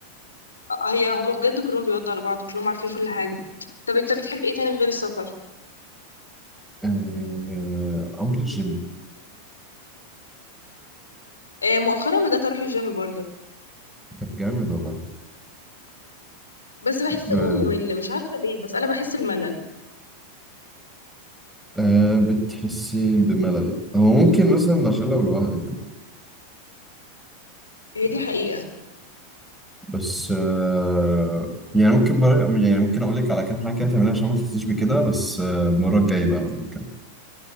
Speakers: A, on the left; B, in the centre.
A: هي هما بجد كلهم بيودوا على بعض كلهم عارفين كل حاجة طب انت بتحب ايه تاني غير السفر
B: آه، أنكل جيمي
A: آه مؤخرا بدأت اروح الجيم برضو
B: طب جامد والله
A: بس بحس
B: آه،
A: ان هو ممل مش عارفة ليه بس انا بحس الملل
B: آه، بتحسي بملل هو ممكن مثلا عشان لو لوحدك
A: هي دي حقيقة
B: بس آه، يعني ممكن مرة يعني ممكن اقول لك على كام حاجه كده تعملها عشان ما تحسيش بكده بس آه، المره الجايه بقى لما نتكلم